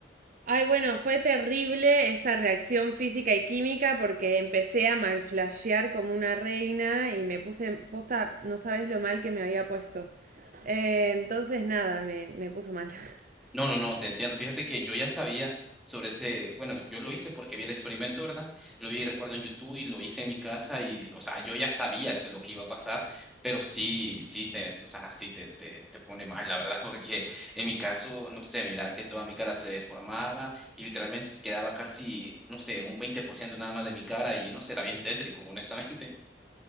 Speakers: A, on the right; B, in the centre.
A: Ay, bueno, fue terrible esa reacción física y química porque empecé a malflashear como una reina y me puse posta, no sabes lo mal que me había puesto. Eh, entonces nada, me, me puso mal. <laughs>
B: No, no, no, te entiendo. Fíjate que yo ya sabía sobre ese, bueno, yo lo hice porque vi el experimento, ¿verdad? Lo vi, recuerdo, en YouTube y lo hice en mi casa y, o sea, yo ya sabía que lo que iba a pasar, pero sí, sí te, o sea, sí te, te, te pone mal, la verdad, <laughs> porque en mi caso, no sé, mira que toda mi cara se deformaba y literalmente se quedaba casi, no sé, un 20% nada más de mi cara y no sé, era bien tétrico, honestamente. <laughs>